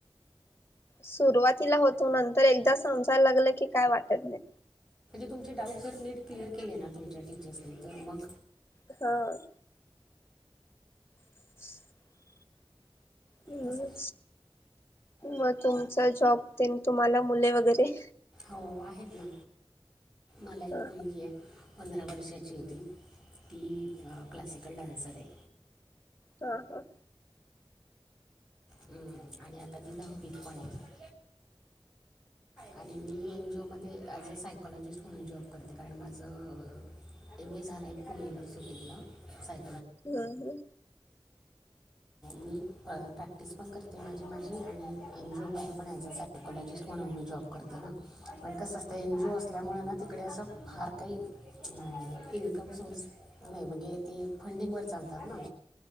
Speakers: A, on the left; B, in the centre.
A: सुरुवातीला होतो नंतर एकदा समजायला लागलं की की काय वाटत नाही
B: तुम डाऊट जर नट क्लिअर केले ना तुमच्या टीचर्सनी तर मग
A: हा. <unintelligible> हम्म,
B: तसा
A: मग तुमचा जॉब तेन, तुम्हाला मुले वगैरे?
B: हो आहेत ना, मला
A: हा
B: एक मुलगी आहे. पंधरा वर्षाचीये ती, ती अ क्लासिकल डान्सर आहे.
A: हा हा.
B: हम्म आणि आता ती दहावीत पण आहे. आणि मी एनजीओमध्ये ॲज अ सायकॉलॉजिस्ट म्हणून जॉब करते, कारण माझं एमए झालयं पुणे युनिव्हर्सिटीतन साय
A: हम्म हम्म.
B: मी अ प्रॅक्टिस पण करते माझी माझी आणि एनजीओ मध्ये पण ॲज अ सायकोलॉजिस्ट म्हणून मी जॉब कर त ना पण कस असतं एनजीओ असल्यामुळं ना तिकडे असं फार काही अ इन्कम सोर्स नाही, म्हणजे ते फंडिंगवर चाल लतात ना